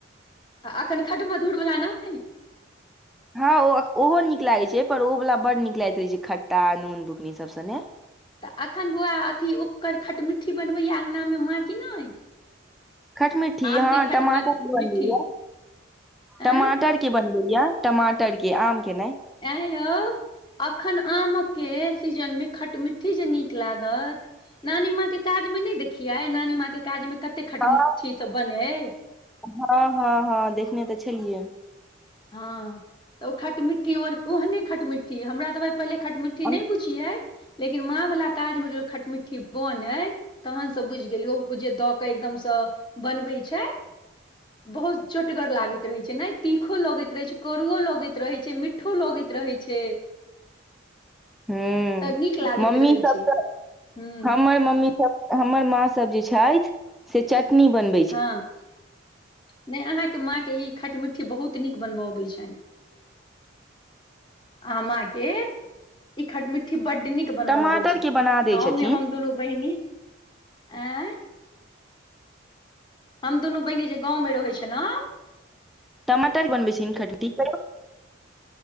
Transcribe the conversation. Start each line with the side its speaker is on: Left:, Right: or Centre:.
Left: आ एखन खठमधुर वला नहि
Centre: हँ ओ ओहो नीक लागैत छै पर ओ वालला बड्ड नीक लागैत रहै छै खट्टा नून बुकनी सब सने
Left: तऽ एखन बौआ अथी ओकर खटमिट्ठी बनबैया अङ्गनामे माँ कि नहि
Centre: खटमीट्ठी
Left: आम
Centre: हँ
Left: के खटम
Centre: टमाटर के बनबै
Left: मिट्ठी
Centre: या टमाटर
Left: एं
Centre: के बनबै या टमाटर के आम के नहि
Left: ऐं यौ एखन आमके सीजनमे खटमिट्ठी जे नीक लागत नानी माँ के काज मे नहि देखियै नानी माँ के काज मे कते खटमठी
Centre: हँ
Left: सब बनै
Centre: हँ हँ हँ देखने तऽ छलियै
Left: हँ तऽ खटमट्ठी ओहने खट मिट्ठी हमरा त पहिले खट मिट्ठी
Centre: हूँ
Left: नहि बुझ लेकिन माँ वला काज मे ज खटमिट्ठी बनै तहन से बुझि गेलिय ओ ओ जे दऽ के एकदमसँ बनबै छै बहुत चोटगर लागैत रहै छै ने ती तीखो लगैत रहै छै करुओ लगैत रहै छै मिठो लगैत रहै छै
Centre: हुँ
Left: तऽ नीक लागैत
Centre: मम्मी
Left: रहै
Centre: सब
Left: छै
Centre: तऽ
Left: हूँ
Centre: हमर मम्मी सब हमर माँ सब जे छथि सें चटनी बनै
Left: हँ नहि अहाँके माँ के ई खट मिट्ठी बहुत नीक बनबय अबैत छनि आम के ई खठ मिट्ठी बड्ड नीक बनब
Centre: टमाटर
Left: आबै छैन
Centre: के बना दै
Left: गाँव
Centre: छथिन
Left: मे हम दुनू बहिनी आइ हम दुनू बहिनी जे गाँवमे रहै छलैह
Centre: माटर बनबै छिही खट मिठटी